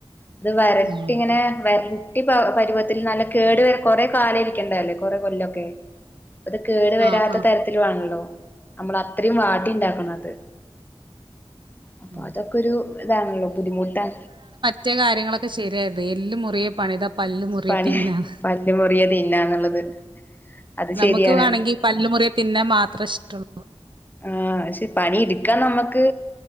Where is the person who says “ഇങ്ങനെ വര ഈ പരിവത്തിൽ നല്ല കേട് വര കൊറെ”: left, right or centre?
Left